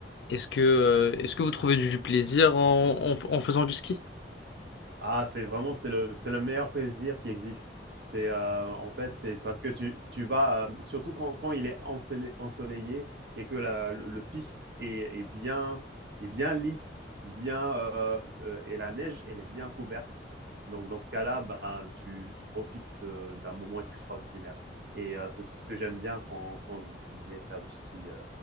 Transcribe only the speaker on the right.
Ah, c'est vraiment c'est le c'est le meilleur plaisir qui existe. C'est, heu, en fait, c'est parce que tu tu vas, heu, surtout quand quand il est ensolé ensoleillé et que la le le piste est est bien est bien lisse, bien, heu heu et la neige, elle est bien couverte. Donc dans ce cas-là, ben, tu tu profites, heu, d'un moment extraordinaire et heu, c'est ce que j'aime bien quand quand je vais faire du ski, heu,